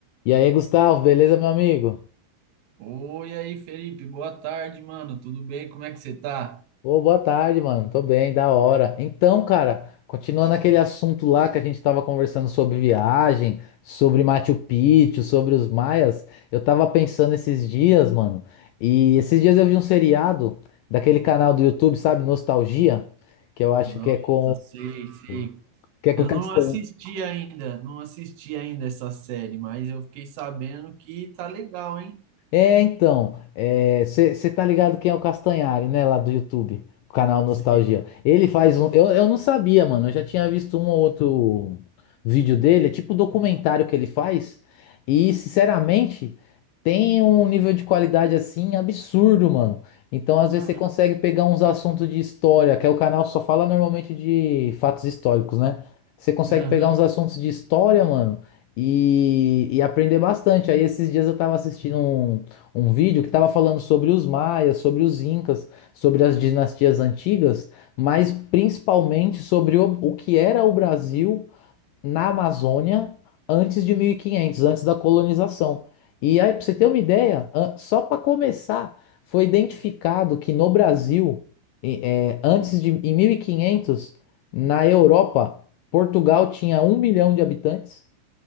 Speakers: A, on the left; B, on the right.
A: E aí, Gustavo, beleza, meu amigo?
B: Oi aí, Felipe, boa tarde, mano. Tudo bem? Como é que você tá?
A: Ô, boa tarde, mano. Tô bem, da hora. Então, cara, continuando aquele assunto lá que a gente tava conversando sobre viagem, sobre Machu Picchu, sobre os maias, eu tava pensando esses dias, mano. E esses dias eu vi um seriado daquele canal do YouTube, sabe, Nostalgia, que eu acho
B: Nossa,
A: que é com
B: sei, sei.
A: o que é com
B: Eu
A: o Castanhari.
B: não assisti ainda, não assisti ainda essa série, mas eu fiquei sabendo que tá legal, hein?
A: É, então, você tá ligado quem é o Castanhari, né? Lá do YouTube, o canal Nostalgia.
B: Sei.
A: Ele faz um. Eu, eu não sabia, mano. Eu já tinha visto um ou outro vídeo dele, é tipo um documentário que ele faz. E, sinceramente, tem um nível de qualidade assim absurdo, mano. Então, às vezes,
B: Aham,
A: você consegue pegar uns assuntos de história, que é o canal só fala normalmente de fatos históricos, né? Você consegue
B: aham,
A: pegar uns assuntos de história, mano e, e aprender bastante. Aí esses dias eu tava assistindo um um vídeo que estava falando sobre os maias, sobre os incas, sobre as dinastias antigas, mas principalmente sobre o, o que era o Brasil na Amazônia antes de 1500, antes da colonização. E aí, para você ter uma ideia, an- só para começar, foi identificado que no Brasil, e- é, antes de em 1500, na Europa, Portugal tinha um milhão de habitantes.